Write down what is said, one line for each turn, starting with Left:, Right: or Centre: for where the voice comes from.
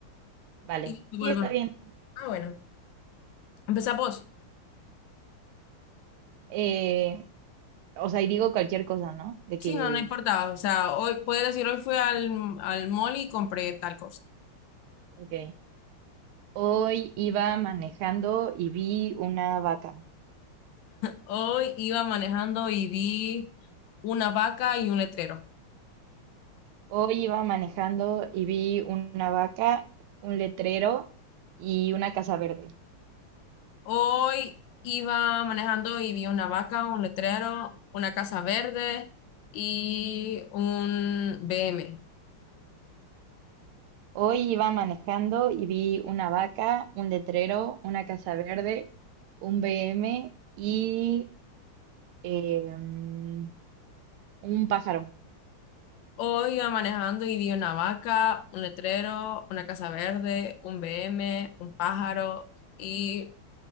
Right: vale.
Left: Y
Right: Sí,
Left: vuelva.
Right: está bien.
Left: Ah, bueno, empezá vos.
Right: Eh, o sea, y digo cualquier cosa, ¿no? De
Left: Sí,
Right: que,
Left: no, no importaba. O sea, hoy, puedes decir, hoy fui al, al mall y compré tal cosa.
Right: ok. Hoy iba manejando y vi una vaca.
Left: Hoy iba manejando y vi una vaca y un letrero.
Right: Hoy iba manejando y vi una vaca, un letrero y una casa verde.
Left: Hoy iba manejando y vi una vaca, un letrero, una casa verde y un B M.
Right: Hoy iba manejando y vi una vaca, un letrero, una casa verde, un BM y em, un pájaro.
Left: Hoy iba manejando y vi una vaca, un letrero, una casa verde, un B M, un pájaro y